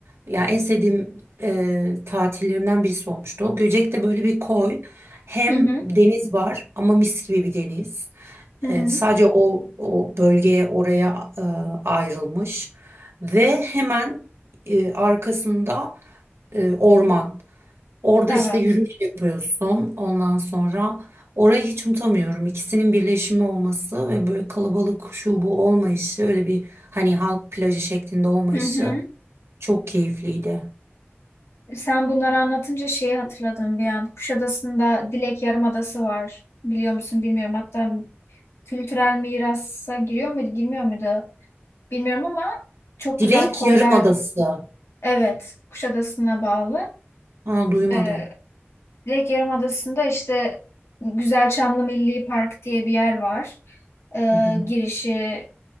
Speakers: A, on the right; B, on the left.
A: Ya en sevdiğim e, tatillerimden birisi olmuştu. O Göcek'te böyle bir koy. Hem
B: Hı hı.
A: deniz var ama mis gibi bir deniz.
B: Hı hı.
A: E, sadece o o bölgeye oraya e, ayrılmış ve hemen e, arkasında e, orman. Orada
B: Evet.
A: işte yürüyüş yapıyorsun. Ondan sonra orayı hiç unutamıyorum. İkisinin birleşimi olması ve böyle kalabalık şu bu olmayışı, öyle bir hani halk plajı şeklinde olmayışı
B: Hı hı.
A: çok keyifliydi.
B: Sen bunları anlatınca şeyi hatırladım bir an. Kuşadası'nda Dilek Yarımadası var. Biliyor musun bilmiyorum. Hatta kültürel mirasa giriyor muydu, girmiyor muydu? Bilmiyorum ama çok
A: Dilek
B: güzel koylar
A: Yarımadası.
B: mı? Evet, Kuşadası'na bağlı.
A: Aa, duymadım.
B: Ee, Direkt Yarımadası'nda işte Güzelçamlı Milli Park diye bir yer var. Ee,
A: Hı hı.
B: girişi